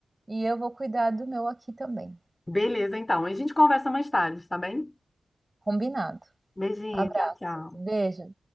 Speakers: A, on the right; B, on the left.
A: e eu vou cuidar do meu aqui também.
B: Beleza, então. A gente conversa mais tarde, tá bem?
A: Combinado.
B: Beijinho,
A: Abraço,
B: tchau, tchau.
A: beijos.